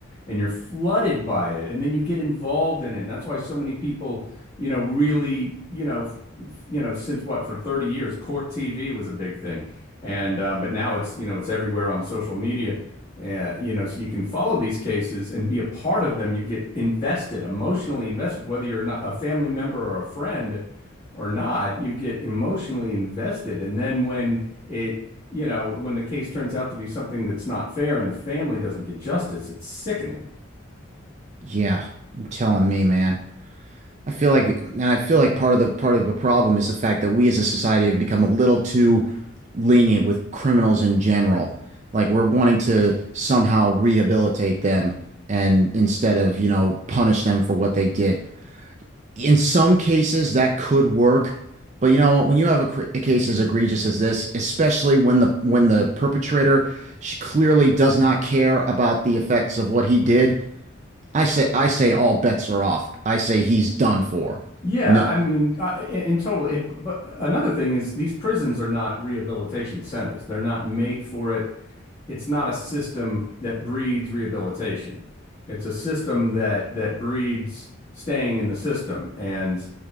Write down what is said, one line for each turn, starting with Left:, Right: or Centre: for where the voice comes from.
Left: and you're flooded by it. And then you get involved in it. And that's why so many people, you know, really, you know, f- f- you know, since what, for 30 years, court TV was a big thing. And um, but now it's, you know, it's everywhere on social media. Uh, you know, so you can follow these cases and be a part of them. You get invested, emotionally invested, whether you're not a family member or a friend or not, you get emotionally invested. And then when it, you know, when the case turns out to be something that's not fair and the family doesn't get justice, it's sickening.
Right: Yeah, I'm telling me, man. I feel like, and I feel like part of the part of the problem is the fact that we as a society have become a little too lenient with criminals in general. Like we're wanting to somehow rehabilitate them and instead of, you know, punish them for what they did. In some cases, that could work, but you know what? When you have a, cr- a case as egregious as this, especially when the when the perpetrator clearly does not care about the effects of what he did, I say I say all bets are off. I say he's done for.
Left: Yeah,
Right: No,
Left: I mean, uh, in, in total. it- but another thing is these prisons are not rehabilitation centers. They're not made for it. it's not a system that breeds rehabilitation. It's a system that that breeds staying in the system, and